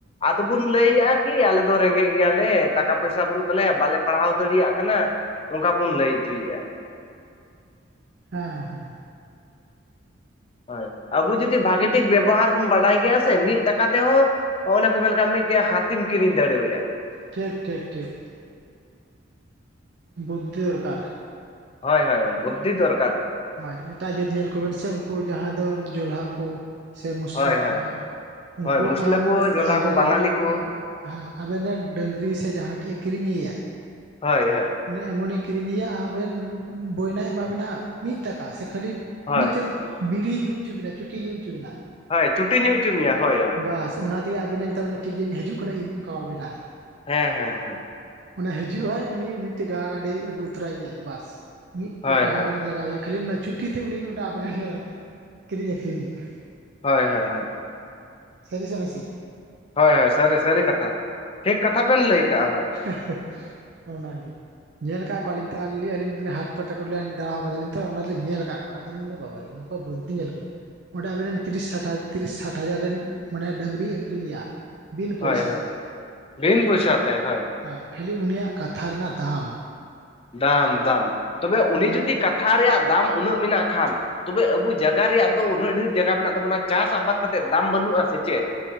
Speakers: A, on the left; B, on the right.
A: ᱟᱫᱚ ᱵᱚᱱ ᱞᱟᱹᱭᱮᱜᱼᱟ ᱠᱤ ᱟᱞᱮ ᱫᱚ ᱨᱮᱸᱜᱮᱡ ᱜᱮᱭᱟᱞᱮ ᱴᱟᱠᱟ ᱯᱚᱭᱥᱟ ᱵᱟᱹᱱᱩᱜ ᱛᱟᱞᱮᱭᱟ ᱵᱟᱞᱮ ᱯᱟᱲᱦᱟᱣ ᱫᱟᱲᱮᱭᱟᱜ ᱠᱟᱱᱟ᱾ ᱚᱱᱠᱟ ᱵᱚᱱ ᱞᱟᱹᱭ ᱚᱪᱚᱭᱮᱫᱼᱟ᱾
B: ᱦᱮᱸᱦᱮᱸ,
A: ᱦᱳᱭ ᱟᱵᱚ ᱡᱩᱫᱤ ᱵᱷᱟᱜᱤ ᱴᱷᱤᱠ ᱵᱮᱵᱚᱦᱟᱨ ᱵᱚᱱ ᱵᱟᱰᱟᱭ ᱠᱮᱭᱟ ᱥᱮ ᱢᱤᱫ ᱴᱟᱠᱟ ᱛᱮᱦᱚᱸ, ᱚᱱᱟᱠᱚ ᱢᱮᱱᱠᱷᱟᱱ ᱢᱤᱫᱴᱮᱱ ᱦᱟᱹᱛᱤᱢ ᱠᱤᱨᱤᱧ ᱫᱟᱲᱮᱣᱟᱭᱟ᱾
B: ᱴᱷᱤᱠ ᱴᱷᱤᱠ ᱴᱷᱤᱠ᱾ ᱵᱩᱫᱽᱫᱷᱤ ᱫᱚᱨᱠᱟᱨ᱾
A: ᱦᱳᱭ ᱦᱳᱭ ᱵᱩᱫᱽᱫᱷᱤ ᱫᱚᱨᱠᱟᱨ᱾
B: ᱦᱳᱭ ᱮᱴᱟᱜ ᱡᱟᱹᱛ ᱧᱮᱞ ᱠᱚᱵᱮᱱ ᱥᱮ ᱩᱱᱠᱩ ᱡᱟᱦᱟᱸ ᱫᱚ ᱡᱚᱞᱦᱟ ᱠᱚ ᱥᱮ ᱢᱩᱥᱞᱟᱹ
A: ᱦᱳᱭ
B: ᱠᱚ
A: ᱦᱳᱭ
B: ᱡᱟᱦᱟᱸᱭ, ᱩᱱᱠᱩ
A: ᱦᱳᱭ ᱢᱩᱥᱞᱟᱹ
B: ᱟᱢ
A: ᱠᱚ ᱡᱚᱞᱟ
B: ᱟᱵᱮᱱ
A: ᱠᱚ
B: ᱨᱮᱱ
A: ᱵᱟᱝᱟᱞᱤ ᱠᱚ
B: ᱟᱵᱮ ᱦᱮᱸ ᱟᱵᱮᱱ ᱨᱮᱱ ᱰᱟᱹᱝᱨᱤ ᱥᱮ ᱡᱟᱦᱟᱸ ᱴᱷᱮᱡ ᱮ ᱠᱤᱨᱤᱧᱮᱭᱟᱭ?
A: ᱦᱳᱭ ᱦᱳᱭ,
B: ᱚᱱᱮ ᱮᱢᱚᱱᱮ ᱠᱤᱨᱤᱧᱮᱭᱟ ᱟᱵᱮᱱ ᱵᱚᱭᱱᱟᱭ ᱮᱢᱟᱵᱮᱱᱟ ᱢᱤᱫ ᱴᱟᱠᱟ ᱥᱮ ᱠᱷᱟᱹᱞᱤ?
A: ᱦᱳᱭ
B: ᱢᱤᱫᱴᱮᱡ ᱵᱤᱲᱤ ᱧᱩ ᱦᱚᱪᱚ ᱵᱤᱱᱟ ᱪᱩᱴᱤ ᱧᱩ ᱦᱚᱪᱚ ᱵᱤᱱᱟ᱾
A: ᱦᱳᱭ ᱪᱩᱴᱤ ᱧᱩ ᱦᱚᱪᱚ ᱢᱮᱭᱟ ᱦᱳᱭ ᱦᱳᱭ᱾
B: ᱵᱟᱥ ᱚᱱᱟ ᱛᱮᱜᱮ ᱟᱵᱮᱱᱮ ᱢᱮᱛᱟᱵᱮᱱᱟ ᱴᱷᱤᱠ ᱜᱮᱭᱟ ᱤᱧ ᱦᱤᱡᱩᱜ ᱠᱟᱱᱟ ᱤᱧᱠᱷᱟᱣᱟᱵᱮᱱᱟᱭ᱾
A: ᱦᱮᱸ ᱦᱮᱸ ᱦᱮᱸ᱾
B: ᱚᱱᱮ ᱦᱤᱡᱩᱜᱼᱟᱭ ᱩᱱᱤ ᱢᱤᱫᱴᱟᱠᱟ ᱜᱟᱱᱮ ᱟᱹᱜᱩ ᱛᱚᱨᱟᱭᱮᱭᱟᱭ ᱵᱟᱥ ᱢᱤᱫ
A: ᱦᱳᱭ
B: ᱯᱳᱠᱟ ᱦᱚᱸ
A: ᱦᱳᱭ
B: ᱵᱟᱝ, ᱞᱟᱜᱟᱣᱮᱭᱟ ᱠᱷᱟᱹᱞᱤ ᱚᱱᱟ ᱪᱩᱴᱤ ᱛᱮ ᱩᱱᱤ ᱚᱸᱰᱮ ᱟᱯ <inaudible> ᱠᱤᱨᱤᱧ ᱟᱹᱠᱷᱨᱤᱧᱮᱭᱟ᱾
A: ᱦᱳᱭ ᱦᱳᱭ ᱦᱳᱭ᱾
B: ᱥᱟᱹᱨᱤ ᱥᱮ ᱱᱟᱥᱮ?
A: ᱦᱳᱭ ᱦᱳᱭ, ᱥᱟᱹᱨᱤ, ᱥᱟᱹᱨᱤ ᱠᱟᱛᱷᱟ ᱾ ᱴᱷᱤᱠ ᱠᱟᱛᱷᱟ ᱵᱮᱱ ᱞᱟᱹᱭ ᱠᱟᱜᱼᱟ, ᱦᱳᱭ ᱾
B: ᱦᱮᱸ ᱦᱮᱻ ᱚᱱᱟ ᱜᱮ᱾ ᱧᱮᱞ ᱟᱠᱟᱫ ᱠᱚᱣᱟᱞᱤᱧ ᱛᱚᱞᱤᱧ ᱟᱹᱞᱤᱧ ᱦᱟᱴ ᱯᱟᱛᱟ ᱫᱟᱬᱟ ᱟᱠᱟᱫᱟᱞᱤᱧ ᱛᱚ ᱚᱱᱟ ᱛᱮᱞᱤᱧ ᱧᱮᱞ ᱟᱠᱟᱫ ᱠᱚᱣᱟ ᱟᱫᱚᱞᱤᱧ ᱫᱚ ᱵᱟᱵᱟ ᱨᱮ, ᱚ ᱵᱩᱫᱽᱫᱷᱤ ᱧᱮᱞ ᱠᱚᱣᱟ ᱚᱸᱰᱮ ᱟᱵᱮᱱ ᱛᱤᱨᱤᱥ ᱫᱟᱢ, ᱛᱤᱨᱤᱥ ᱥᱟᱴ ᱦᱟᱡᱟᱨ ᱨᱮᱱ, ᱢᱟᱱᱮ ᱰᱟᱹᱝᱨᱤ ᱟᱹᱠᱷᱨᱤᱧᱮᱭᱟ᱾ ᱵᱤᱱ
A: ᱦᱳᱭ
B: ᱯᱚᱭᱥᱟ
A: ᱦᱳᱭ
B: ᱛᱮ
A: ᱾ ᱵᱤᱱ ᱯᱚᱭᱥᱟᱹ ᱛᱮ, ᱦᱳᱭ᱾
B: ᱦᱮᱸ, ᱠᱷᱟᱹᱞᱤ ᱩᱱᱤᱭᱟᱜ ᱠᱟᱛᱷᱟ ᱨᱮᱱᱟᱜ ᱫᱟᱢ᱾
A: ᱫᱟᱢ ᱫᱟᱢ, ᱛᱚᱵᱮ ᱩᱱᱤ
B: ᱟᱨ
A: ᱡᱩᱫᱤ ᱠᱟᱛᱷᱟ ᱨᱮᱭᱟᱜ ᱫᱟᱢ ᱩᱱᱟᱹᱜ ᱢᱮᱱᱟᱜ ᱠᱷᱟᱱ? ᱛᱚᱵᱮ ᱟᱵᱚ ᱡᱟᱭᱜᱟ ᱨᱮᱭᱟᱜ ᱫᱚ ᱩᱱᱟᱹᱜ ᱰᱷᱮᱨ ᱡᱟᱜᱟ ᱢᱮᱱᱟᱜ ᱛᱟᱵᱚᱱᱟ, ᱪᱟᱥ ᱟᱵᱟᱫ ᱠᱟᱛᱮ ᱫᱟᱢ ᱵᱟᱹᱱᱩᱜᱼᱟ ᱥᱮ ᱪᱮᱫ?